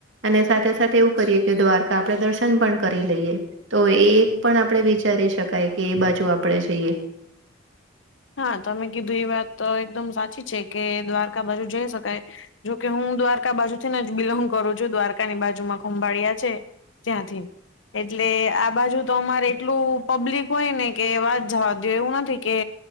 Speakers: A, on the right; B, on the left.
A: અને સાથે સાથે એવું કરીએ કે દ્વારકા આપણે દર્શન પણ કરી લઈએ. તો એ એક પણ આપણે વિચારી શકાય કે એ બાજુ આપણેે જઈએ.
B: હા તમે કીધું એ વાત એકદમ સાચી છે કે દ્વારકા બાજુ જઈ શકાય જોકે હું દ્વારકા બાજુ થીને જ બિલોંગ કરું છું. દ્વારકાની બાજુમાં ખંભાળિયા છે. ત્યાંથી એટલે આ બાજુ તો અમારે એટલું પબ્લિક હોય ને કે વાત જવા દો એવું નથી કે